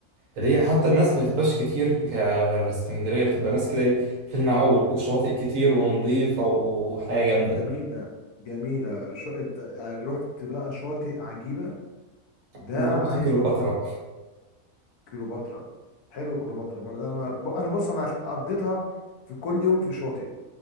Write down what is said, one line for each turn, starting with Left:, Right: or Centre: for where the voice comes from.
Right: اللي هي حتى الناس ما بتبقاش كتير غير اسكندريه بتبقى ناس كده إيه في المعقول وشواطئ كتير ونظيفه وحياه جامده
Left: جميلة جميلة شو... انت- آه، رحت بقى شاطئ عجيبة ده
Right: لا
Left: عايزه
Right: رحت كليوباترا
Left: كليوباترا حلو كليوباترا برضه انا ب- انا بص انا قضيتها في كل يوم في شاطئ